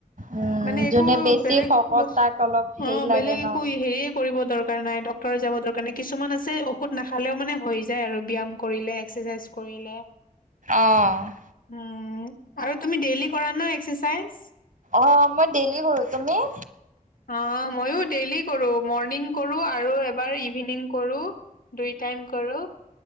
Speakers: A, on the right; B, on the left.
A: উম,
B: মানে
A: যোনে
B: একো
A: বেছি
B: বেলেগ
A: শকত
B: বস্তু
A: তাক অলপ হেৰি
B: অ'
A: লাগে
B: বেলেগ
A: ন'
B: একো হেৰিয়ে কৰিব দৰকাৰ নাই ডক্তৰে যাব দৰকাৰ নায় কিছুমান আছে ঔষধ নাখালেও মানে হৈ যায় আৰু ব্যায়াম কৰিলে এক্সাৰসাইজ কৰিলে
A: অ',
B: হম আৰু তুমি ডেইলি কৰা ন এক্সাৰসাইজ?
A: অ', মই ডেইলি কৰোঁ, তুমি?
B: অ' মইয়ো ডেইলি কৰো মৰ্ণিং কৰো আৰু এবাৰ ইভিনিং কৰো দুই টাইম কৰো।